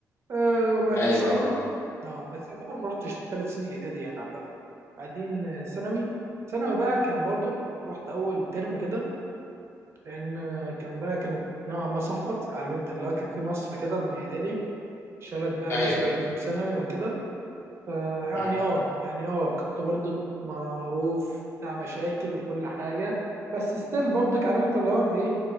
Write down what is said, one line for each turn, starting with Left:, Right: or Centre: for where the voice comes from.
Right: آه وبعدين
Left: ايوه
Right: ثانوي
Left: اه
Right: اه بس يعتبر ما رحتش ثلاث سنين اعدادي يعني عامه بعدين آه، ثانوي ثانوي بقى كان برضه رحت اول ترم كده لان آه، كان بقى كانت نوعا ما صفت عارف انت اللي هو كان في مصفى كده من اعدادي شالت بقى
Left: ايوه
Right: الناس اللي اديتهم ثانوي وكده فيعني
Left: مم.
Right: اه يعني اه كنت برضك معروف بتاع مشاكل وكل حاجه بس ستيل برضك عارف انت اللي هو انت ايه